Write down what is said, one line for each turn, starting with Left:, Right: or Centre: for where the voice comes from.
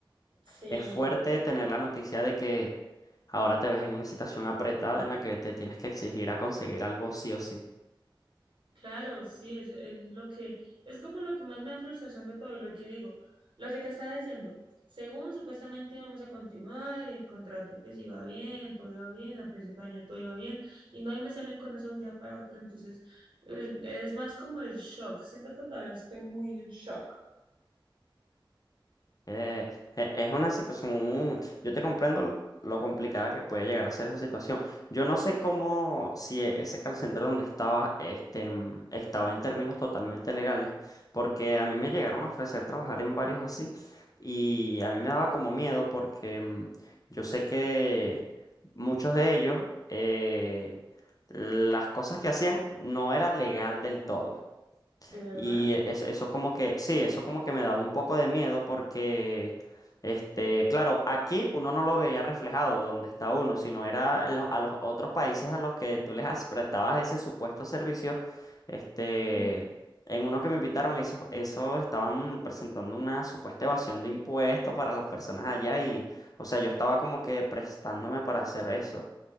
Right: Sí,
Left: Es fuerte tener la noticia de que ahora te ves en una situación apretada en la que te tienes que exigir a conseguir algo sí o sí.
Right: Claro, sí, es, es lo que, es como lo que más me da frustración de todo, lo que digo, lo que te estaba diciendo, según supuestamente íbamos a continuar, el contrato pues iba bien, todo iba bien, al principio de año todo iba bien, y no y me salen con eso de un día para otro, entonces es, es más como el shock, siento que todavía estoy muy en shock,
Left: Eh, e- es una situación, yo te comprendo lo complicada que puede llegar a ser esa situación. Yo no sé cómo, si e- ese call center donde estaba, este, mm, estaba en términos totalmente legales, porque a mí me llegaron a ofrecer trabajar en varios así y a mí me daba como miedo porque mm, yo sé que muchos de ellos, eh, las cosas que hacían no era legal del todo.
Right: ¿de verdad?
Left: Y eso, eso como que, sí, eso como que me daba un poco de miedo porque, este, claro, aquí uno no lo veía reflejado donde está uno, sino era en los- a los otros países a los que tú les has- prestabas ese supuesto servicio, este,
Right: Ujú.
Left: en uno que me invitaron, eso, eso estaban presentando una supuesta evasión de impuestos para las personas allá y, o sea, yo estaba como que prestándome para hacer eso.